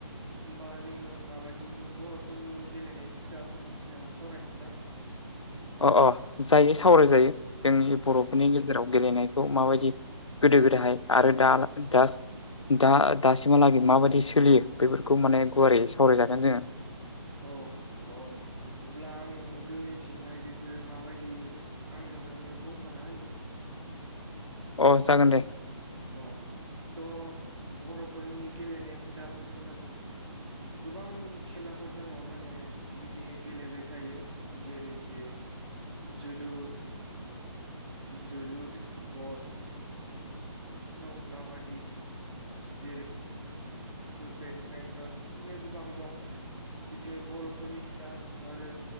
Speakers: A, on the right; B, on the left.
A: होमबा जोङो माबानि बर'फोरनि गेलेनाय हुदाफोरनि सायाव सावरायनोसै दां
B: अ अ जायो सावराय
A: औ
B: जायो जोंनि बर'फोरनि
A: औ
B: गेजेराव गेलेनायखौ माबायदि गोदो गोदाय आरो दा दास दा दासिमहालागै माबायदि सोलियो बेफोरखौ माने गुवारै सावरायजागोन जोङो
A: औ अ अब्ला आं जोंनिथिंहाय बेफोरो माबायदि आं नोंथांनो बुंफना होनि
B: अ जागोन दे
A: अ थ' बर'फोरनि गेलेनाय हुदा होनोब्लाथ' गोबां खेलाफोर दंङो माने बिदिनो गेलेबाय थायो जेरै जे जोलुर जोलुर बल दं काबादि जेरै बेडमिन्टन बिदिनो गोबां दं बिदिनो बर'फोरनि <unintelligible> आरो